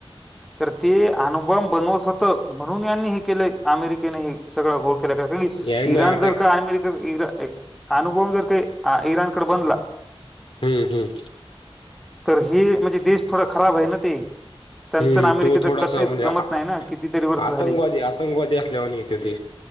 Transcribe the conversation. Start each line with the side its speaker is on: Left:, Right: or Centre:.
Centre: तर ते अणुबॉम्ब बनवत होतं, म्हणून यांनी हे केलं अमेरिकेने हे सगळा घोळ केला का कनी
Left: याय ना
Centre: इराण
Left: अटॅक
Centre: जर का अमेरिका इरा <unintelligible> अणुबाॅम्ब जर काही इराणकडे बनला
Left: हं हं.
Centre: तर हे म्हणजे देश थोडा खराब आहे ना ते. त्यांचं
Left: हम्म
Centre: अन अमेरिकेचं
Left: तो थोडासा
Centre: कतीथ
Left: म्हणजे
Centre: जमत
Left: आ-
Centre: नाही ना? कितीतरी वर्ष
Left: आतंकवादी
Centre: झाली.
Left: आतंकवादी असल्यावानी येते देश